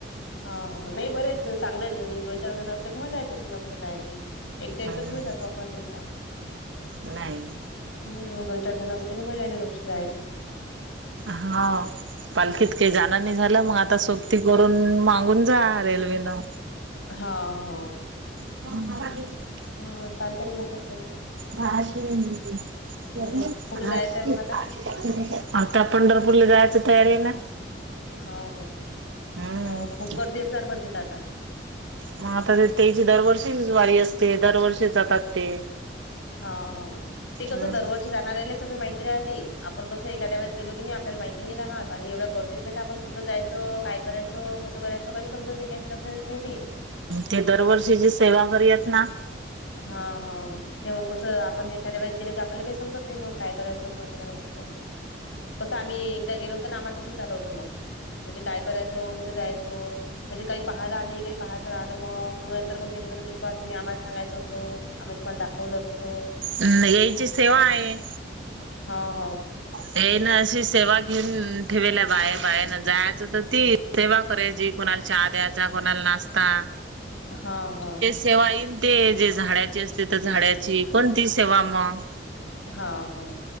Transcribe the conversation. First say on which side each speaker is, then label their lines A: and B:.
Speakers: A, on the left (about 85°); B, on the right (about 75°).
A: हा हा नाही बरेच. चांगले दोन चार जण असले की मजा येते सग कुठे जायची. एकट एकट
B: हम्म
A: थोडी कुठे जातो आपण समजा.
B: नाही.
A: हम दोन चार जण असले की मजा येते थोडीशी जायची मग.
B: हाव पालखीत
A: हा
B: काय जात ण नाही झालं मग आता सोबती करून मागून जा रेल्वेनं.
A: हा, हा.
B: ह <unintelligible>
A: हा चालतेना मग तसही
B: बाराशे त्यातले
A: मग कुठे
B: आणि आठशे
A: जायचंय मग
B: टाकले
A: आता?
B: त्यांच्यात. आता पंढरपूरला जायची तयारी आहे ना.
A: हाव का
B: हम्म
A: हो खूप गर्दी असणार पण तिथे आता?
B: म आता ते त्याची दरवर्षीच वारी असते दरवर्षीच जातात ते.
A: हाव, हाव ते कसं
B: हम्म
A: दरवर्षी जाणाऱ्याले सगळी माहिती ती राहते आपण कस एखाद्या वेळेस गेलो की नाही आपल्याला माहिती नी राहात आणि एवढ्या गर्दीत माहिती आपण कुठं जायच, काय करायचं कस, करायचं काही समजत नाही काही लक्षात येत नाही ते.
B: ते दरवर्षीचे सेवा करी आहेत ना.
A: हा, हाव ते मग कस आपण एक एखाद्या वेळेस गेल की आपल्याला काही समजत नाही मग काय कराच, कसं करायच, त कसं आम्ही एकदा गेलो होत ना आम्हला तसंच झालं होतं मग, म्हणजे काय करायचं? कुठे जायचं? म्हणजे काही पाहाल आम्ही काही पाहायचं राहिल म नंतर ते म्हणत होते की बा तुम्ही आम्हा सांगायच होतो आम्ही तुम्हाला दाखवलो असत.
B: हम्म येची सेवा आहे.
A: हा हा.
B: ते ना अशी सेवा घेऊन ठेवेला बाय, बायान बाहे ना जायचं तर ते सेवा कराची कोणाला चहा द्यायचा, कोणाला नाष्टा,
A: हा हा
B: सेवा येन ते जे झाडाची असली की ते झाडाची कोणतीही सेवा मग.
A: हा हा